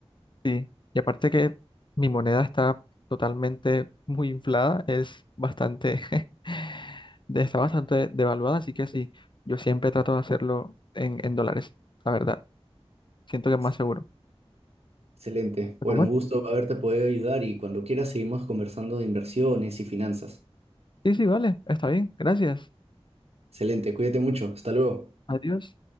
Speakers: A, on the left; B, on the right.
A: Sí, y aparte que mi moneda está totalmente muy inflada, es bastante, <laughs> de- está bastante devaluada, así que sí, yo siempre trato de hacerlo en, en dólares, la verdad. Siento
B: Excelente.
A: que es más seguro.
B: Excelente.
A: Pero
B: Bueno,
A: bueno,
B: un gusto haberte podido ayudar y cuando quieras seguimos conversando de inversiones y finanzas.
A: sí, sí, vale, está bien, gracias.
B: Excelente. Cuídate mucho. Hasta luego.
A: Adiós.